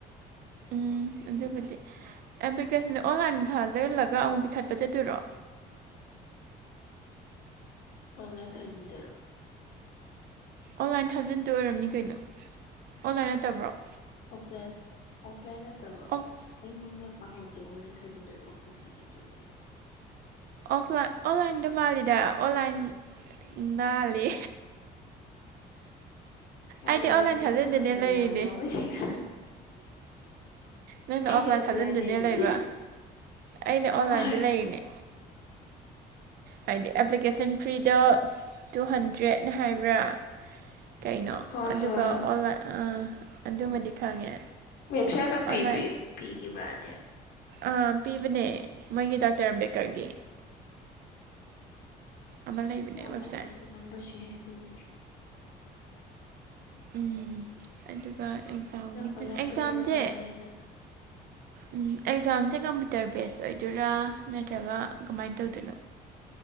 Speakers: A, on the right; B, on the left.
A: ꯎꯝ ꯑꯗꯨꯕꯨꯗꯤ ꯑꯦꯄ꯭ꯂꯤꯀꯦꯁꯟꯁꯦ ꯑꯣꯟꯂꯥꯏꯟꯗ ꯊꯥꯖꯜꯂꯒ ꯑꯃꯨꯛ ꯄꯤꯈꯠꯄ ꯆꯠꯇꯣꯏꯔꯣ
B: ꯑꯣꯟꯂꯥꯏꯟ ꯊꯥꯖꯤꯟꯗꯧꯔꯣ
A: ꯑꯣꯟꯂꯥꯏꯟ ꯊꯥꯎꯖꯟꯗ ꯑꯣꯏꯔꯝꯅꯤ ꯀꯩꯅꯣ ꯑꯣꯟꯂꯥꯏꯟ ꯅꯠꯇꯕ꯭ꯔꯣ
B: ꯑꯣꯐꯂꯥꯏꯟ ꯑꯣꯐꯂꯥꯏꯟ ꯅꯠꯇꯕ꯭ꯔꯣ
A: ꯑꯣꯐ
B: ꯑꯩ ꯃꯨꯟꯅ ꯄꯥꯍꯧꯗꯦ ꯑꯣ ꯊꯥꯖꯤꯟꯗꯣꯏꯔꯣ ꯑꯣꯐꯂꯥꯏꯟ ꯊꯥꯖꯤꯟꯗꯣꯏꯔꯣ
A: ꯑꯣꯐ ꯑꯣꯟꯂꯥꯏꯟꯗ ꯃꯥꯜꯂꯤꯗ ꯑꯣꯟꯂꯥꯏꯟ ꯅꯥꯜꯂꯤ
B: ꯋꯥꯔꯤꯁꯦ
A: ꯑꯩꯗꯤ ꯑꯣꯟꯂꯥꯏꯟ ꯊꯥꯖꯟꯗꯅꯦ
B: ꯑꯝꯇ ꯈꯪꯗꯕꯩ
A: ꯂꯩꯔꯤꯅꯦ
B: ꯋꯥꯅꯦ ꯃꯃꯜꯁꯤꯡ
A: ꯅꯪꯅ
B: ꯑꯩꯗꯤ
A: ꯑꯣꯐꯂꯥꯏꯟ ꯊꯥꯖꯤꯟꯗꯨꯅꯦ
B: ꯂꯩꯅꯤ
A: ꯂꯩꯕ ꯑꯩꯅ ꯑꯣꯟꯂꯥꯏꯟꯗ
B: ꯍꯣꯏ
A: ꯂꯩꯔꯤꯅꯦ ꯍꯥꯏꯗꯤ ꯑꯦꯄ꯭ꯂꯤꯀꯦꯁꯟ ꯐ꯭ꯔꯤꯗ ꯇꯨ ꯍꯟꯗ꯭ꯔꯦꯠꯅ ꯍꯥꯏꯕ꯭ꯔꯥ ꯀꯩꯅꯣ
B: ꯍꯣꯏ
A: ꯑꯗꯨꯒ
B: ꯍꯣꯏ ꯍꯣꯏ
A: ꯑꯣꯟꯂꯥꯏꯟ ꯑꯥ ꯑꯗꯨꯃꯗꯤ ꯈꯪꯉꯦ
B: ꯋꯦꯕꯁꯥꯏꯠꯀ
A: ꯑꯣꯟꯂꯥꯏꯟ
B: ꯄꯤꯕꯤ ꯄꯤꯈꯤꯕ꯭ꯔꯥꯅꯦ
A: ꯑ ꯄꯤꯕꯅꯦ ꯃꯣꯏꯒꯤ ꯗꯥꯛꯇꯔ ꯑꯝꯕꯦꯗꯀꯔꯒꯤ ꯑꯃ ꯂꯩꯕꯅꯦ
B: ꯑꯣꯟꯂꯥꯜ
A: ꯋꯦꯕꯁꯥꯏꯠ
B: ꯊꯖꯤꯟꯂꯝꯕꯁꯨ ꯌꯥꯏ ꯗꯨꯗꯤ ꯎꯝ <inaudible>
A: ꯎꯝ ꯑꯗꯨꯒ ꯑꯦꯛꯖꯥꯝꯒꯤ
B: ꯑꯣꯟꯂꯥꯏꯟꯕꯨꯗꯤ
A: ꯑꯦꯛꯖꯥꯝꯁꯦ
B: ꯂꯣꯏ ꯇꯧꯅꯔꯦꯗꯅ <inaudible>
A: ꯎꯝ ꯑꯦꯛꯖꯥꯝꯁꯦ ꯀꯝꯄ꯭ꯌꯨꯇꯔ ꯕꯦꯁ ꯑꯣꯏꯗꯣꯏꯔꯥ ꯅꯠꯇ꯭ꯔꯒ ꯀꯃꯥꯏꯅ ꯇꯧꯗꯣꯏꯅꯣ